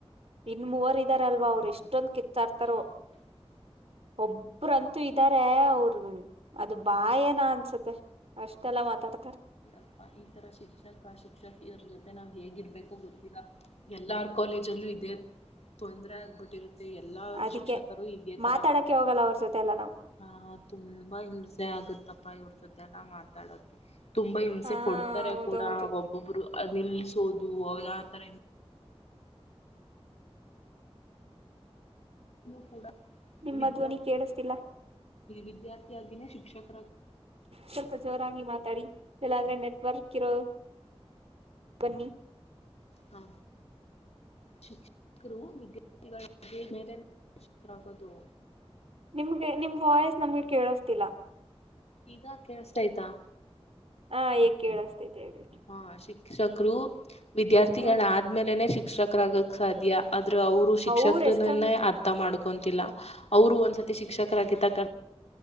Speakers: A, on the right; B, on the left.
A: ಇನ್ ಮೂವರ್ ಇದ್ದಾರಲ್ವಾ ಅವರು ಎಷ್ಟೊಂದ್ ಕಿತ್ತಾಡ್ತಾರೋ ಒಬ್ಬರಂತೂ ಇದ್ದಾರೆ ಅವರು ಅದು ಬಾಯನ ಅನ್ಸತ್ತೆ ಅಷ್ಟೆಲ್ಲಾ ಮಾತಾಡ್ತಾರ
B: ಪ್ಪ ಈ ತರ ಶಿಕ್ಷಕ ಶಿಕ್ಷಕ ಇದರ ಜೊತೆ ನಾವ್ ಹೇಗಿರ್ಬೇಕು ಗೊತ್ತಿಲ್ಲ ಎಲ್ಲಾರ ಕಾಲೇಜಲ್ಲೂ ಇದ ತೊಂದ್ರೆ ಆಗ್ಬಿಟ್ಟಿರುತ್ತೆ ಎಲ್ಲಾ
A: ಅದಕ್ಕೆ
B: ಶಿಕ್ಷಕರು ಇದೇ ತರ
A: ಮಾತಾಡಕ್ಕೆ
B: ಮಾತಾಡ್ತಾರೆ
A: ಹೋಗಲ್ಲ ಅವ್ರ ಜೊತೆ ಎಲ್ಲ ನಾವು
B: ಹಾ ತುಂಬಾ ಹಿಂಸೆ ಆಗುತ್ತೆ ತ್ತಪ್ಪಾ ಇವ್ರ ಜೊತೆ ಎಲ್ಲಾ ಮಾತಾಡಕ್ಕೆೆ ತುಂಬಾ ಹಿಂಸೆ
A: ಹಾ
B: ಕೊಡ್ತಾರೆ
A: ಹೌದೌದು
B: ಕೂಡ ಒಬ್ಬೊಬ್ರು ನಿಲ್ಲಿಸೋದು ಆ ತರ ಇ ಕೂಡ
A: ನಿಮ್ಮ
B: ವಿದ್ಯಾರ್ಥೇ
A: ಧ್ವನಿ ಕೇಳಿಸ್ತಿಲ್ಲ
B: ವಿದ್ಯಾರ್ಥಿಯಾಗಿನೇ ಶಿಕ್ಷಕ
A: ಸ್ವಲ್ಪ ಜೋರಾಗಿ ಮಾತಾಡಿ ಇಲ್ಲಂದ್ರೆ ನೆಟ್ವರ್ಕ್ ಇರೋ ಬನ್ನಿ
B: ಹಾ ಶಿಕ್ಷಕರು ವಿದ್ಯಾರ್ಥಿಗಳ ಮೇಲೆಕರಾಗುದು
A: ನಿಮ್ಗೆ ನಿಮ್ ವಾಯ್ಸ್ ನಮ್ಗೆ ಕೇಳೋಸ್ತಿಲ್ಲ
B: ಈಗ ಕೇಳಷ್ಟಯ್ತಾ
A: ಹಾ ಇಗ ಕೇಳಸ್ತೈತೆ ಹೇಳಿ
B: ಹಾ ಶಿಕ್ಷಕರು ವಿದ್ಯಾರ್ಥಿಗಳಾದ್ಮೇಲೆನೆ
A: ಹ
B: ಶಿಕ್ಷಕರಾಗಕ್ ಸಾಧ್ಯ. ಆದ್ರ ಅವರು ಶಿಕ್ಷಕರನ್ನನ್ನೇ
A: ಊರ್ ಎಷ್ಟೊಂದ
B: ಅರ್ಥ ಮಾಡ ಹಕೊಂತಿಲ್ಲ ಅವರು ಒಂದ್ಸತಿ ಶಿಕ್ಷಕರಾಗಿದ್ದಗ